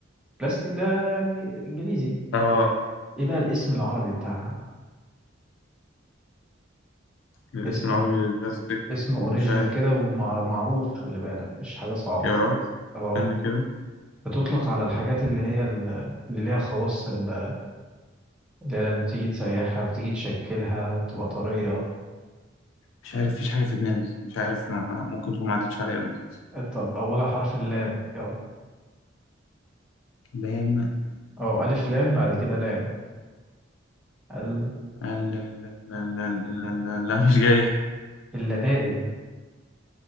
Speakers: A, in the centre; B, on the left.
A: بلاستيك ده يعني انجليزي
B: اه
A: ايه بقى الاسم العربي بتاعها
B: الاسم
A: اسم
B: العربي للبلاستيك
A: اسم اوريجينال
B: مش عارف
A: كده ومعروف خلي بالك مش حاجة صعبة
B: يا راجل
A: اه
B: استنى كده
A: بتطلق على الحاجات اللي هي ال- اللي ليها خواص ال- اللي هي لما تيجي تسيحها بتيجي تشكلها تبقى طرية
B: مش عارف فيش حاجة في دماغي مش عارف ما ممكن تكون ما عدتش عليا قبل كده
A: آه، طب أولها حرف اللام يلا
B: بام
A: اه ألف لام بعد كده لام ال-
B: لا لا لا لا لا لا لا مش جاية
A: اللدائن